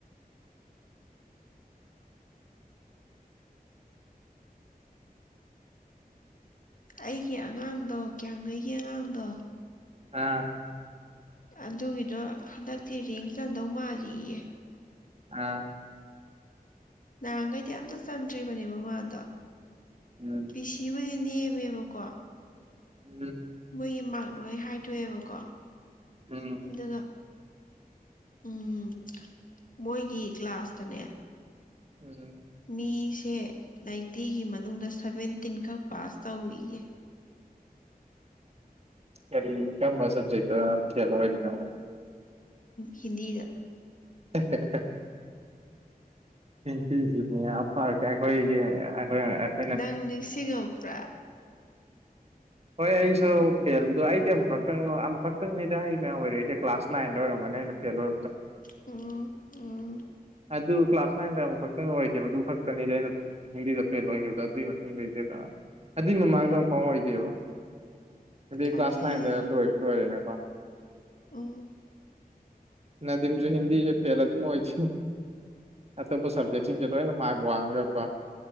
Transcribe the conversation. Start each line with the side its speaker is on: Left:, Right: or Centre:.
Left: ꯑꯩꯒꯤ ꯑꯉꯥꯡꯗꯣ ꯀ꯭ꯌꯥꯝꯈꯩꯒꯤ ꯑꯉꯥꯡꯗꯣ
Right: ꯑꯥ
Left: ꯑꯗꯨꯒꯤꯗꯣ ꯍꯟꯗꯛꯇꯤ ꯔꯦꯡ ꯆꯟꯗꯧ ꯃꯥꯜꯂꯤꯌꯦ
Right: ꯑ
Left: ꯅꯍꯥꯟꯒꯩꯗꯤ ꯑꯃꯇ ꯆꯟꯗ꯭ꯔꯤꯕꯅꯦꯕ ꯃꯃꯥꯗꯣ
Right: ꯎꯝ
Left: ꯄꯤꯁꯤ ꯕꯨꯗꯤ ꯅꯦꯝꯃꯦꯕꯀꯣ
Right: ꯎꯝ
Left: ꯃꯣꯏꯒꯤ ꯃꯥ꯭ꯔꯛ ꯂꯣꯏ ꯍꯥꯏꯗꯣꯛ ꯑꯦꯕꯀꯣ
Right: ꯎꯝ
Left: ꯑꯗꯨꯒ ꯎꯝ ꯃꯣꯏꯒꯤ ꯀ꯭ꯂꯥꯁ ꯇꯅꯦ
Right: ꯎꯝꯝ
Left: ꯃꯤꯁꯦ ꯅꯥꯏꯟꯇꯤꯒꯤ ꯃꯅꯨꯡꯗ ꯁꯚꯦꯟꯇꯤꯟ ꯈꯛ ꯄꯥꯁ ꯇꯧꯏꯌꯦ
Right: ꯀꯔꯤ ꯀꯔꯝꯕ ꯁꯕꯖꯦꯛꯇꯥ ꯐꯦꯜ ꯑꯣꯏꯔꯤꯅꯣꯕꯥ
Left: ꯍꯤꯟꯗꯤꯗ
Right: ꯍ ꯍꯤꯟꯗꯤꯖꯨ ꯃꯌꯥꯝ ꯄꯥꯔ ꯀ ꯑꯩꯈꯣꯏꯈꯣꯏ
Left: ꯅꯪ ꯅꯤꯡꯁꯤꯡꯉꯛꯄꯔꯥ
Right: ꯍꯣꯏ ꯑꯩꯁꯨ ꯐꯦꯜꯗꯣ ꯑꯩꯗꯤ ꯑꯃꯨꯛꯈꯛꯇꯪ ꯑꯃꯨꯛꯈꯛꯇꯪꯅꯦꯗ ꯑꯩꯅ ꯑꯣꯏꯔꯛ ꯏꯁꯦ ꯀ꯭ꯂꯥꯁ ꯅꯥꯏꯟꯗ ꯑꯣꯏꯔꯝꯒꯅꯤ ꯑꯩꯅ ꯐꯦꯜ ꯑꯣꯏꯕꯗꯥ
Left: ꯎꯝ ꯎꯝ
Right: ꯑꯗꯨ ꯀ꯭ꯂꯥꯁ ꯅꯥꯏꯟꯗ ꯑꯃꯨꯛ ꯈꯛꯇꯪ ꯑꯣꯏꯈꯤꯕꯗꯨ ꯑꯗꯨ ꯈꯛꯇꯅꯤꯗ ꯑꯩꯅ ꯍꯤꯟꯗꯤꯗ ꯐꯦꯜ ꯑꯣꯏꯈꯤꯕꯗꯣ ꯑꯗꯨꯏ ꯃꯇꯨꯡꯗꯩꯩꯗ ꯑꯗꯨꯏ ꯃꯃꯥꯡꯗ ꯑꯃꯨꯛꯐꯥꯎ ꯑꯣꯏꯗꯦꯕ ꯑꯗꯨ
Left: ꯈꯪꯉꯦ
Right: ꯀ꯭ꯂꯥꯁ ꯅꯥꯏꯟꯗ ꯂꯣꯏꯁꯨ ꯂꯣꯏꯔꯦꯅꯀꯣ
Left: ꯎꯝ
Right: ꯅꯗꯤꯝꯁꯨ ꯍꯤꯟꯗꯤꯁꯦ ꯐꯦꯜ ꯑꯗꯨꯝ ꯑꯣꯏꯗ ꯑꯇꯣꯞꯄ ꯁꯕꯖꯦꯛꯁꯤꯡꯁꯦ ꯂꯣꯏ ꯃ꯭ꯔꯛ ꯋꯥꯡꯒ꯭ꯔꯒꯥ ꯀꯣ